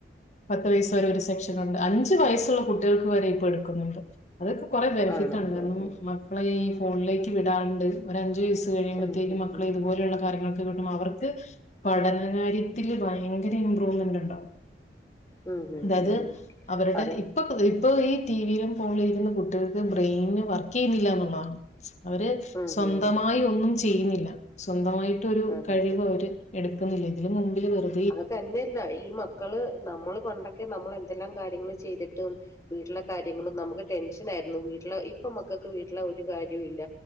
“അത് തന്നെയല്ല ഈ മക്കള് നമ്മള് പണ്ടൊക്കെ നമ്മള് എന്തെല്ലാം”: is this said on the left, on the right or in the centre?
Left